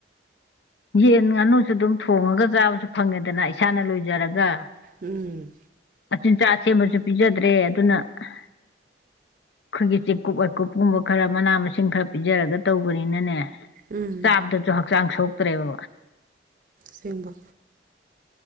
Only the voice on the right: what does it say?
ꯎꯝ
ꯎꯝ
ꯁꯦꯡꯕ